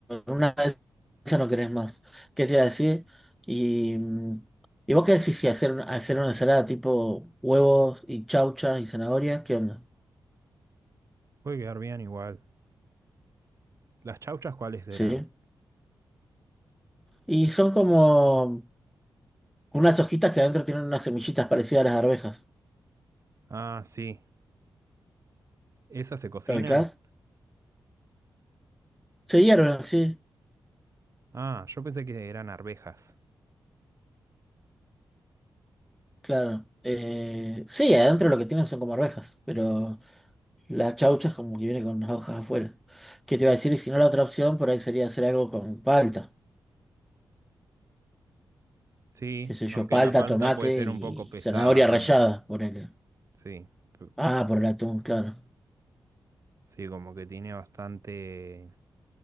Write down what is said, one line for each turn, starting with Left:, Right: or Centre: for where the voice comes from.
Centre: una de esas no querés más. ¿Qué te iba a decir? Y, mm, ¿y vos qué decís si hacer, una- hacer una ensalada tipo huevos y chauchas y zanahorias? ¿Qué onda?
Right: puede quedar bien igual. ¿Las chauchas cuáles eran?
Centre: Sí. Y son como unas hojitas que adentro tienen unas semillitas parecidas a las arvejas.
Right: Ah, sí. ¿Esas se cocinan?
Centre: ¿Lo ubicás? Se hierven, sí,
Right: Ah, yo pensé que eran arvejas.
Centre: claro. Eh, sí, adentro lo que tienen son como arvejas, pero... las chauchas como que viene con las hojas afuera. ¿Qué te iba a decir? Y si no, la otra opción por ahí sería hacer algo con palta.
Right: Sí,
Centre: Qué sé
Right: aunque
Centre: yo, palta,
Right: la palta
Centre: tomate
Right: puede ser
Centre: y
Right: un poco pesada
Centre: zanahoria
Right: con...
Centre: rallada,
Right: e-
Centre: ponele.
Right: Sí, p-
Centre: Ah, por el atún, claro.
Right: sí, como que tiene bastante...